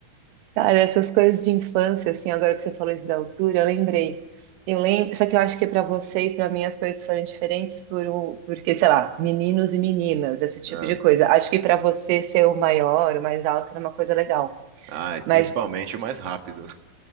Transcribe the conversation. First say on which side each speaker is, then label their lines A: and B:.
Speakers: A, on the right; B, on the right.
A: Cara, essas coisas de infância, assim, agora que você falou isso da altura, eu lembrei. Eu lembro, só que eu acho que para você e para mim as coisas foram diferentes por o- porque, sei lá, meninos e meninas, esse tipo
B: Ah,
A: de coisa. Acho que para você ser o maior, o mais alto era uma coisa legal.
B: ah, e principalmente
A: Mas,
B: o mais rápido.